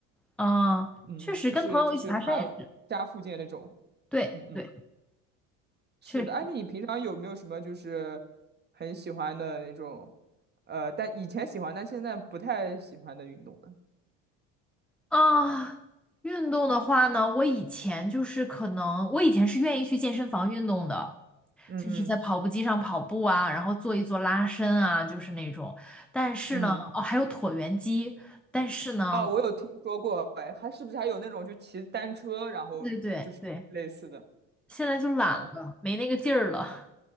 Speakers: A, in the centre; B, on the right.
A: 啊、
B: 嗯，
A: 确实跟朋友一起爬山也是，
B: 就是就是爬家附近的那种，
A: 对对，
B: 嗯嗯，是的。
A: 确实
B: 哎，那你平常有没有什么就是很喜欢的那种，呃，但以前喜欢，但现在不太喜欢的运动呢？
A: 啊。运动的话呢，我以前就是可能，我以前是愿意去健身房运动的，
B: 嗯嗯，
A: 就是在跑步机上跑步啊，然后做一做拉伸啊，就是那种。但是呢，
B: 嗯。
A: 哦，还有椭圆机，但是呢，
B: 哦，我有听说过，哎，还是不是还有那种就骑单车，然后就是类似的，
A: 对对对，现在就懒了，
B: 哦，
A: 没那个劲儿了。